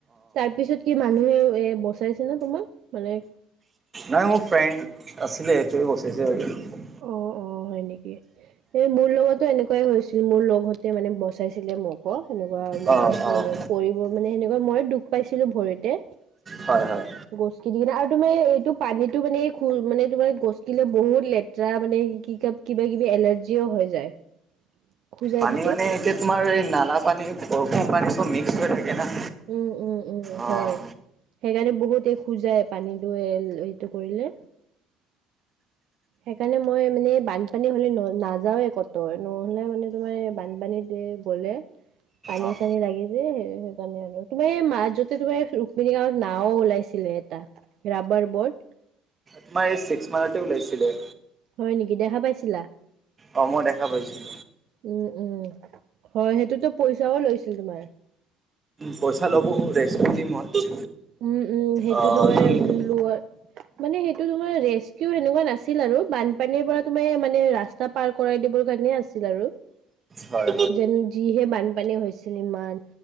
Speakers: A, on the right; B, on the right.
A: তাৰপিছত কি মানুহে এ বচাইছে ন তোমাক। মানে-
B: নাই মোৰ ফ্ৰেণ্ড আছিলে সেইটোৱে বচাইছে আৰু।
A: অ অ হয় নেকি? এ মোৰ লগতো এনেকুৱাই হৈছিল মোৰ লগহতে মানে বচাইছিলে মক এনেকুৱা মই
B: অ' অ' অ'
A: মানে পৰিব মানে সেনেকুৱা মই দুখ পাইছিলো ভৰিতে
B: হয় হয়।
A: গছকি দি কিনে আৰু তোমাৰ এইটো পানীতো মানে খু মানে তোমাৰ গছকিলে বহুত লেতেৰা মানে কি কাব কিবা কিবি এলাৰ্জিও হৈ যায়। খোজাই
B: পানী
A: থাকে
B: মানে এতিয়া তোমাৰ এই নালা পানী বৰষুণ পানী চব মিক্স হৈ থাকে না।
A: উম, উম, উম।
B: অ'
A: হয়, সেইকাৰণে বহুতে খুজায় পানীটো এল এইটো কৰিলে। সেইকাৰণে মই মানে বানপানী হ'লে ন নাযাওঁয়ে কত নহ'লে মানে তোমাৰ এ বানপানীত এ গলে, পানী
B: অ'
A: চানী লাগি যে সে সেইকাৰণে আৰু তোমাৰ এই মা যতে তোমাৰ ৰুক্মিণী গাঁৱত নাও ওলাইছিলে এটা। ৰাবাৰ ব'ৰ্ড
B: তোমাৰ এই ছিক্স মাইলতে ওলাইছিলে।
A: হয় নেকি? দেখা পাইছিলা।
B: অ মই দেখা পাইছ <unintelligible>
A: উম, উম হয় সেইটোত পইচাও লৈছিল তোমাৰ।
B: পইচা ল'ব ৰেষ্টকিউ টিমত।
A: উম, উম! সেইটো
B: অ'
A: বাৰে
B: যোন
A: লোৱত মানে সেইটো তোমাৰ ৰেচকিউ সেনেকুৱা নাছিল আৰু বানপানীৰ পৰা তুমাৰ মানে ৰাস্ত স্তা, পাৰ কৰাই দিবৰ কাৰণে আছিল আৰু।
B: হয়
A: যেন যিহে বানপানী হৈছিল ইমান,